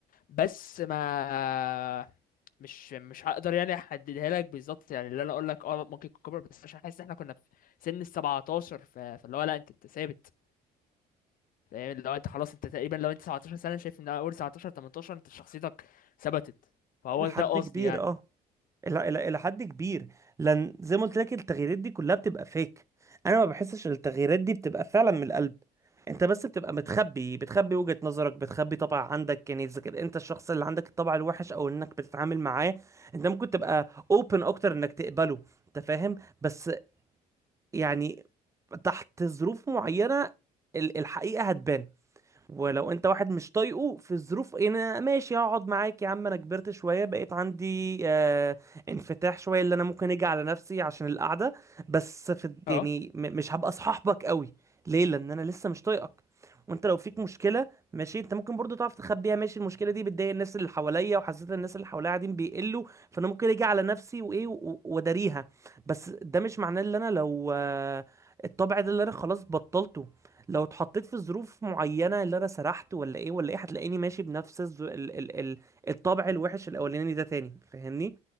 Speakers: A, on the left; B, on the right.
A: بس ما مش مش هقدر يعني احددها لك بالظبط يعني اللي انا اقول لك اه ممكن يكون كبر بس عشان حاسس ان احنا كنا في سن ال 17 ف- فاللي هو لا انت انت ثابت يعني لو انت خلاص انت تقريبا لو انت 19 سنه شايف ان اول 19 18 انت شخصيتك ثبتت فهو
B: إلى حد
A: ده قصدي
B: كبير
A: يعني
B: اه إلى إلى إلى حد كبير لأن زي ما قلت لك التغييرات دي كلها بتبقى فيك أنا ما بحسش إن التغييرات دي بتبقى فعلا من القلب أنت بس بتبقى متخبي بتخبي وجهة نظرك بتخبي طبع عندك يعني إذا كان أنت الشخص اللي عندك الطبع الوحش أو إنك بتتعامل معاه أنت ممكن تبقى أوبن أكتر إنك تقبله أنت فاهم بس يعني تحت ظروف معينة ال- الحقيقة هتبان ولو انت واحد مش طايقه في الظروف انا ماشي هقعد معاك يا عم انا كبرت شويه بقيت عندي آه انفتاح شويه اللي انا ممكن اجي على نفسي عشان القعده بس في
A: اه
B: يعني م- مش هبقى صاحبك قوي ليه لان انا لسه مش طايقك وانت لو فيك مشكله ماشي انت ممكن برضو تعرف تخبيها ماشي المشكله دي بتضايق الناس اللي حواليا وحسيت ان الناس اللي حواليا قاعدين بيقلوا فانا ممكن اجي على نفسي وايه و- واداريها بس ده مش معناه ان انا لو آه الطبع ده اللي انا خلاص بطلته لو اتحطيت في ظروف معينة اللي انا سرحت ولا ايه ولا ايه هتلاقيني ماشي بنفس الز... ال... ال... ال... الطبع الوحش الاولاني ده تاني فاهمني